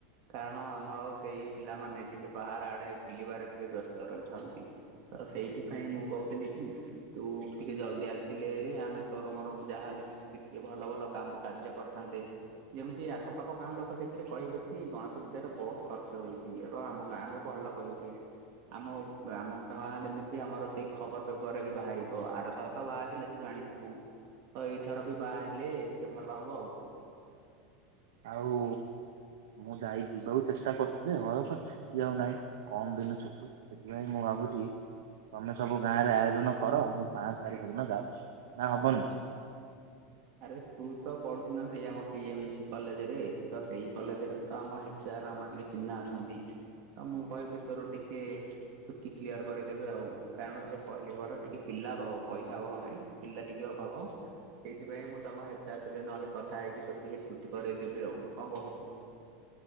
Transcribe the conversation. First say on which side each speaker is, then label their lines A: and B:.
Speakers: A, on the right; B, on the right.
A: କାରଣ ଆମର ସେଇ ପିଲାମାନେ ଟିକେ ବାହାର ଆଡେ ବୁଲିବାରେ ଟିକେ ବ୍ୟସ୍ତ ରହିଥାନ୍ତି। ତ ସେଇଥିପାଇଁ ମୁଁ କହୁଥିଲି ଉ ତୁ ଟିକେ ଜଲଦି ଆସିଥିଲେ ଏହି ଆମେ ତ ତମର ଯାହା ହେଲେ ମିଶି ଟିକେ ଭଲ ଭଲ କାମ କାର୍ଯ୍ୟ କରିଥାନ୍ତେ। ଯେମିତି ଆଖପାଖ ଗାଁ ଲୋକ ଦେଖିଲେ କହିବେ କି ଗଣେଶ ପୂଜାରେ ବହୁତ୍ ଖର୍ଚ୍ଚ ହେଇଛି ଏବଂ ଆମ ଗାଁକୁ ଭଲ କହିବେ ଆମ ଆମ ଗାଁରେ ଯେମିତି ଆମର ସେ ଖବର ପେପର ରେ ବି ବାହାରିବ ଆରଥରକ ତ ବାହାରି ଥିଲା ତୁ ଜାଣିଥିବୁ। ତୋ ଏଇଥର ବି ବାହାରିଲେ ଟିକେ ଭଲ ହବ ଆଉ।
B: ଆଉ ମୁଁ ଯାଇ ଯିବାକୁ ଚେଷ୍ଟା କରୁଛି ଯେ ଘର ପାଖ ଯାଉ ନାହିଁ କମ୍ ଦିନ ଛୁଟି ସେଥିପାଇଁ ମୁଁ ଭାବୁଛି ତମେ ସବୁ ଗାଁ ରେ ଆୟୋଜନ କର ମୁଁ ପାଂସ ତାରିଖ ଦିନ ଯାଉଛି ନା ହବନି।
A: ଆରେ ତୁ ତ ପଢୁଛୁ ନା ସେଇ ଆମ ପି ଏ ମିଳିଛି କଲେଜରେ ତ ସେଇ କଲେଜରେ ତ ଆମ ହେଚାର ଆମର ଟିକେ ଚିହ୍ନା ଅଛନ୍ତି। ତ ମୁଁ କହିବି ତୋର ଟିକେ ଛୁଟି କ୍ଲିୟର କରାଇଦେବେ ଆଉ। କାରଣ ତତେ କହିଲିପରା ଟିକେ ପିଲା ଅଭାବ ପଇସା ଅଭାବ ନାହିଁ କିନ୍ତୁ ପିଲା ଟିକେ ଅଭାବ। ସେଥିପାଇଁ ମୁଁ ତମ ହେଚାର ଥିଲେ ନହେଲେ କଥା ହେଇକି ତତେ ଛୁଟି କରାଇଦେବି ଆଉ କଣ କହୁଛୁ।